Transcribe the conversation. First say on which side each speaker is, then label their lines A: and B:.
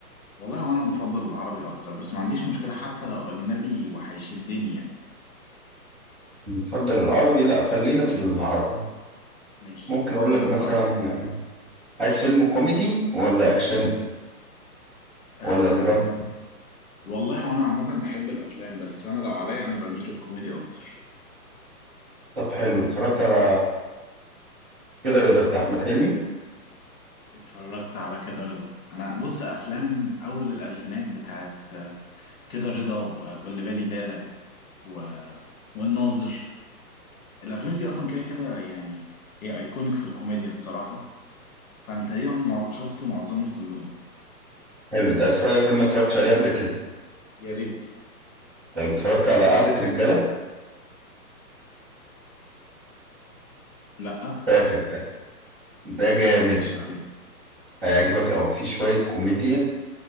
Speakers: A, on the left (about 60°); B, on the right (about 30°).
A: والله وانا بفضل العربي اكتر بس ما عنديش مشكله حتى لو اجنبي وهيشدني يعني
B: تفضل العربي لا خلينا في العربي
A: ماشي
B: ممكن
A: خلينا
B: اقول لك
A: في
B: مثلا
A: العربي
B: عايز فيلم كوميدي ولا اكشن
A: آه
B: ولا دراما
A: والله وانا عامه بحب الافلام بس انا لو عليا انا بميل للكوميدي اكتر
B: طب حلو اتفرجت على كده رضا بتاع احمد حلمي
A: اتفرجت على كده رضا انا بص افلام اول الالفينات بتاعت كده رضا و- واللي بالي بالك و... والناظر الافلام دي اصلا كده كده يعني هي ايكونيك في الكوميديا الصراحه فانا تقريبا مع- شفته معظمهم كلهم
B: حلو انت عايز تتفرج على فيلم ما اتفرجتش عليه قبل كده
A: يا ريت
B: طيب اتفرجت على قعدة رجالة
A: لا
B: فاتك ده ده
A: ما اتفرجتش
B: جامد
A: عليه
B: هيعجبك او فيه شوية كوميديا